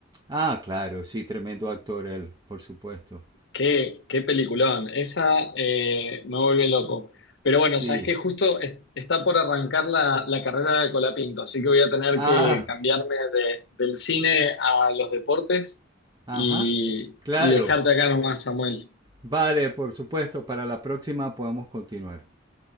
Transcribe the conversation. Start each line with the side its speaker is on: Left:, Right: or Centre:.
Right: Ah, claro, sí, tremendo actor él, por supuesto.
Left: Qué, qué peliculón, esa eh, me vuelve loco. Pero
Right: Sí.
Left: bueno, sabes que justo es- está por arrancar la, la carrera de Colapinto, así que voy a tener
Right: Ah,
Left: que cambiarme de- del cine a los deportes
Right: ajá.
Left: y,
Right: Claro.
Left: y dejarte acá nomás, Samuel.
Right: Vale, por supuesto, para la próxima podemos continuar.